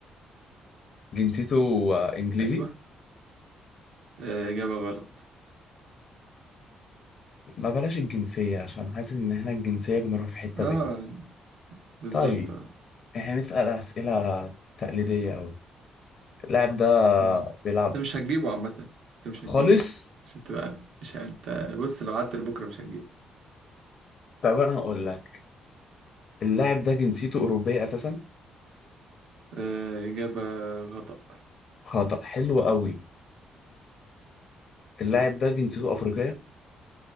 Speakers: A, on the left (about 55°); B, on the right (about 75°).
A: جنسيته آه، انجليزي
B: ايوه آه اجابة غلط
A: ما بلاش الجنسية عشان حاسس إن إحنا الجنسية بنروح في حتة
B: اه
A: بعيد
B: بالظبط
A: طيب إحنا نسأل أسئلة تقليدية أوي اللاعب ده
B: مم.
A: بيلعب
B: انت مش هتجيبه عامة انت مش هتجيبه
A: خالص
B: عشان تبقى عارف مش ه- انت بص لو قعدت لبكرة مش هتجيبه
A: طب أنا هقول لك اللاعب ده جنسيته أوروبية أساسا
B: آه إجابة خطأ
A: خطأ حلو أوي اللاعب ده جنسيته أفريقية